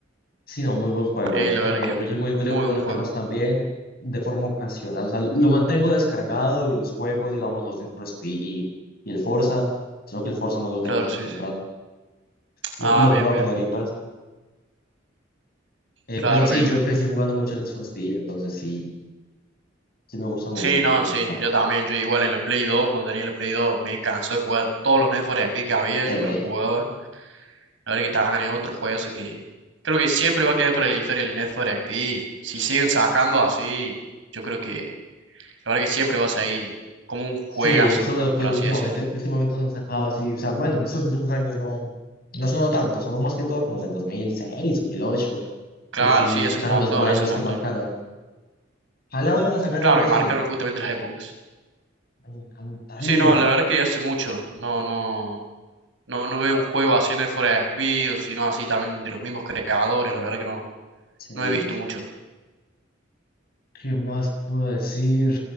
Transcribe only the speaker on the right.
Eh,
la
verdad que es
un
muy
buen
juego.
Claro, sí,
sí.
Ah,
bien,
bien.
Claro,
bien,
bien.
Sí,
no,
sí.
Yo también. Yo igual en la Play 2, cuando tenía la Play 2, me cansó de jugar todos los Need for Speed que había.
Yo me los jugaba. La verdad que también es otro juego que creo que siempre va a quedar para la historia el Need for Speed. Si siguen sacando así, yo creo que la verdad que siempre va a seguir como un juegazo,
por así
decirlo.
Claro,
sí,
hace un montón,
hace un montón.
Claro
que marcaron justamente las épocas.
Sí, no, la verdad que hace mucho. No, no, no, no veo un juego así, no es fuera de despido, sino así también de los mismos creadores. La verdad que no,
no he visto mucho.